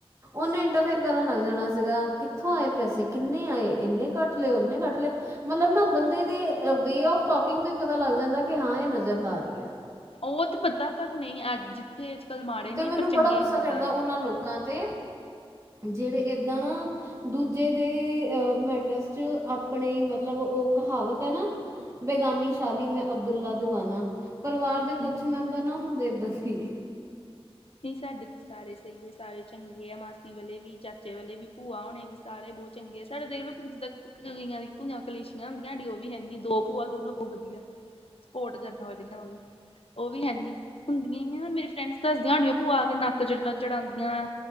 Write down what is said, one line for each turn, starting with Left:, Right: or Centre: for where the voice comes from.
Right: ਓਨੇ ਇੰਟਰਫੇਅਰ ਕਰਨ ਲੱਗ ਜਾਣਾ ਸੀਗਾ ਕਿੱਥੋਂ ਆਏ ਪੈਸੇ, ਕਿੰਨੇ ਆਏ? ਇੰਨੇ ਕੱਟ ਲਏ, ਓਨੇ ਕੱਟ ਲਏ। ਮਲਬ ਨਾ ਬੰਦੇ ਦੇ ਵੇ ਆਫ ਟੋਕਿੰਗ ਤੋਂ ਈ ਪਤਾ ਲੱਗ ਜਾਂਦਾ ਕਿ ਹਾਂ ਏ ਨਜ਼ਰ ਲਾ ਰਈ ਆ।
Left: ਓ ਤੇ ਪਤਾ ਪਰ ਨਈ ਅੱਜ ਜਿੱਥੇ ਕੱਲ੍ਹ ਮਾੜੇ
Right: ਤੇ
Left: ਨੇ
Right: ਮੈਂਨੂੰ
Left: ਪਰ ਚੰਗੇ
Right: ਬੜਾ ਗੁੱਸਾ
Left: ਜ਼ਿਆਦਾ
Right: ਚੜਦਾ
Left: ਨੇ
Right: ਓਨਾਂ ਲੋਕਾਂ ਤੇ ਜੇੜੇ ਏਦਾਂ ਨਾ ਦੂਜੇ ਦੇ ਏ ਮੈਟਰਸ 'ਚ ਆਪਨੇ ਈ ਮਤਲਬ ਓ ਓ ਕਹਾਵਤ ਹੈ ਨਾ, ਬੇਗਾਨੀ ਸ਼ਾਦੀ ਮੇ ਅਬਦੁਲਾ ਦਿਵਾਨਾ। ਪਰਿਵਾਰ ਦੇ
Left: ਹਮ
Right: ਕੁਛ ਮੈਂਬਰ ਨਾ ਹੁੰਦੇ ਏਦਾਂ ਦੇ ਈ।
Left: ਨੀ ਸਾਡੇ ਤੇ ਸਾਰੇ ਸਈ ਆ, ਸਾਰੇ ਚੰਗੇ ਆ, ਮਾਸੀ ਵਾਲੇ ਵੀ, ਚਾਚੇ ਵਾਲੇ ਵੀ, ਭੂਆ ਹੋਣੇ ਵੀ ਸਾਰੇ ਬੋ ਚੰਗੇ ਆ, ਸਾਡੇ ਦੇਖ ਲੋ ਜਿੱਦਾ ਕਈਆਂ ਦੀ ਪੂਈਆਂ ਕਲੇਸ਼ੀਆਂ ਹੁੰਦੀਆਂ ਹਾਡੀ ਓ ਵੀ ਹੈਨੀ, ਦੋ ਭੂਆ ਦੋਨੋ ਬਓ ਵਧੀਆ। ਸਪੋਟ ਕਰਨ ਵਾਲੀਆਂ ਓ ਵੀ, ਉਹ ਵੀ ਹੈਨੀ, ਹੁੰਦੀਆਂ ਹੀ ਆ ਮੇਰੀ ਫਰੈਂਡਸ ਦਸ ਝਹਾਡੀਆਂ ਭੂਆ ਆ ਕੇ ਨੱਕ ਜਿਡਾ ਚੜਾਂਦੀਆਂ